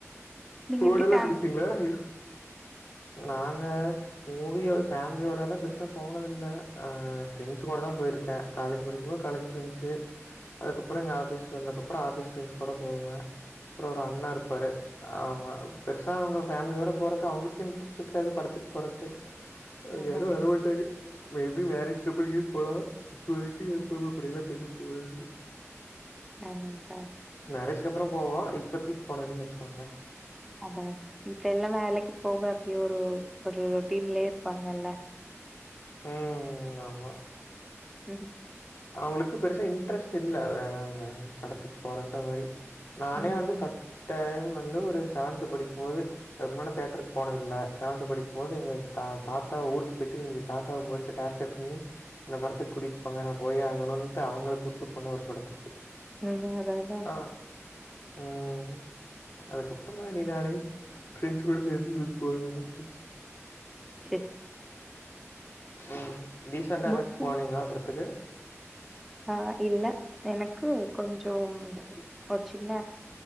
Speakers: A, in the centre; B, on the left (about 50°).
A: நீங்க
B: ஃபோனேல்லா
A: எப்டி ஃபேமிலி
B: குடுப்பீங்களா
A: ஓ
B: எப் நாங்க மூவியோ ஃபேமிலியோடல்லா பெருசா போனது இல்ல ஆ ஃப்ரெண்ட்ஸ் கூட தான் போய்ருக்கேன் காலேஜ் படிக்கும்போது காலேஜ் ஃப்ரெண்ட்ஸ்சு அதுக்கப்றோ இங்க ஆஃபீஸ் வந்தக்கப்றோ ஆஃபீஸ் ஃப்ரெண்ட்ஸ் கூட போவே அப்றோ ஒரு அண்ண இருப்பாரு அவுங்க பெருசா அவுங்க ஃபேமிலியோட போறக்கு அவுங்களுக்கு இன்ட்ரெஸ்ட் இருக்காது படத்துக்கு போறக்கு அவுங்க
A: அதா
B: யாரு வரமாட்டாங்க மேபி மேரேஜ்கப்றோ எங்கயு போலா இப்பக்கி அப்பா அம்மா கூடெல்லா பேச போறது இல்ல
A: அடடடா
B: மேரேஜ்க்கு அப்புறோ போவோ இப்பத்திக் போனதிலன்வச்சிக்கோங்கள
A: அத இப்ப எல்லா வேலைக்கு போக அப்டியே ஒரு ஒரு டீம்லயே இருப்பாங்கல்ல
B: ம் ஆமா
A: ம்
B: அவுங்களுக் பெருசா இன்ட்ரெஸ்ட்டு இல்ல படத்துக்கு போற அந்த மாரி நானே
A: ம்
B: வந்து ஃபஸ்ட் டைம் வந்து ஒரு சவன்த் படிக்கும்போது அதுக்கு முன்னல்லா தேட்டருக்கு போனது இல்ல செவன்த படிக்கும் போது எங்க தா தாத்தா ஊருக்கு போயிட்டு தாத்தாவ போட்டு டார்ச்சர் பண்ணி அந்த படத்துக்கு கூட்டிட்டு போாங்க நா போயே ஆகணுன்ட்டு அவுங்கள கூட்டு போன ஒரு படத்துக்கு
A: அதா அதா அதா
B: ஆ ம் அதுக்கப்பறமா நீ நானே ஃப்ரெண்ட்ஸ் கூட சேந்து போக ஆரமிசாச்சு
A: சரி
B: ம் டீசெண்ட்டா
A: புக்
B: ஏதாச்சு போனிங்களா படத்துக்கு
A: ஆ இல்ல எனக்கு கொஞ்சோம் ஒரு சின்ன